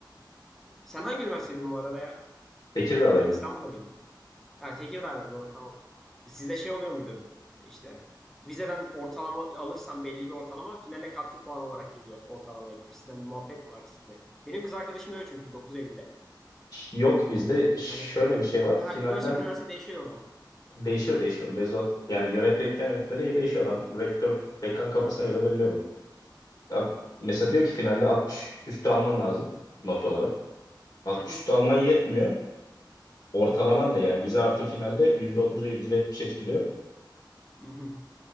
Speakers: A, in the centre; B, on the left.
A: sen hangi üniversitedin bu arada ya?
B: Tekirdağ'dayım
A: İstanbul'da
B: ben.
A: mıydın? Ha, Tekirdağ'dan doğru tamam. Sizde şey oluyor muydu? işte vizeden ortalama alırsan belli bir ortalama finale katkı puanı olarak geliyor ortalamaya gibisinden bir muhabbet mi var sizde? Benim kız arkadaşım da öyle çünkü dokuz Eylül'de.
B: Yok bizde şöyle
A: Hani
B: bir şey var.
A: daha
B: Finalden
A: üniversite üniversite değişiyor o zaman.
B: değişiyor değişiyor. Mevzuat yani yönetmelikten yönetmeliğe değişiyor adam. Rektör, dekan kafasına göre belirliyor bunu. Ad- Mesela diyor ki finalde 60 üstü alman lazım not olarak. 60
A: Hı hı,
B: üstü alman yetmiyor. Ortalaman da yani vize artı finalde yüzde otuza yüzde %70 etkiliyor.
A: hı hı.